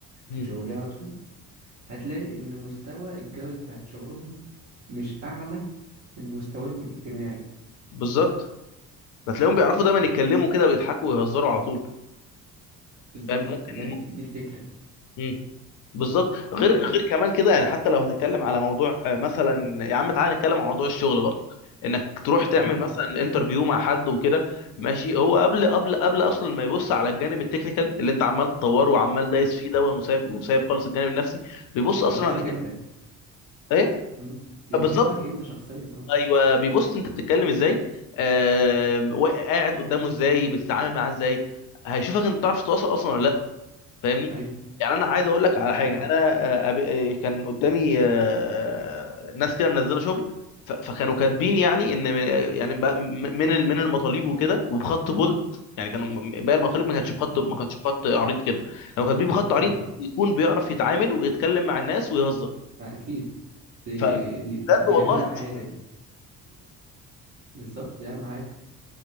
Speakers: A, on the left (about 45°); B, on the right (about 35°).
A: مم.
B: في شغلاتهم هتلاقي إن مستوى الجودة بتاعت شغلهم مش أعلى من مستواهم الاجتماعي
A: بالظبط هتلاقيهم بيعرفوا دايما يتكلموا كده ويضحكوا ويهزروا على طول
B: بالظبط
A: فاهم ممكن
B: ده دي, دي الفكرة
A: مم. بالظبط غير
B: بس
A: غير كمان كده يعني حتى لو هتتكلم على موضوع آه، مثلا يا عم تعالى نتكلم عن موضوع الشغل برضه انك تروح تعمل
B: اه
A: مثلا انترفيو مع حد وكده ماشي هو قبل قبل قبل اصلا ما يبص على الجانب التكنيكال اللي انت عمال تطوره وعمال دايس فيه دون وسايب وسايب خالص الجانب النفسي بيبص اصلا
B: بيبص
A: عليك
B: لك أنت
A: الاول ايه
B: مم. بيبص
A: بالظبط
B: لك أنت شخصيا اه
A: ايوه بيبص انت بتتكلم ازاي آه قاعد قدامه ازاي بتتعامل معاه ازاي هيشوفك انت بتعرف تتواصل اصلا ولا لا فاهمني
B: أيوه
A: يعني انا عايز اقول لك على
B: فعلا
A: حاجه انا آه، أب- آه، كان قدامي آه، ناس كده منزله شغل ف- فكانوا كاتبين يعني ان يعني ب- من ال- من المطالب وكده وبخط بولد يعني كانوا م- باقي المطالب ما كانتش بخط
B: اه
A: ما كانتش بخط عريض كده لو كاتبين بخط عريض
B: اه
A: يكون بيعرف يتعامل ويتكلم مع الناس ويهزر
B: آه، أكيد دي
A: فبجد
B: دي دي, دي
A: والله
B: أهم حاجة
A: انا شفتها
B: دي بالظبط دي أهم حاجة